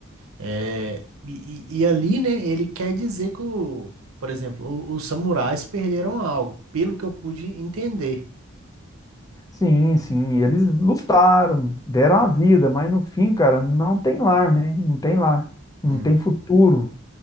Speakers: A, on the right (about 90°); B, on the left (about 15°).
A: É, e, e- e ali, né, ele quer dizer que, o, por exemplo, o- os samurais perderam algo, pelo que eu pude entender.
B: Sim, sim, eles lutaram, deram a vida, mas no fim, cara, não tem lar, né? Não tem lar,
A: Uhum,
B: não tem futuro.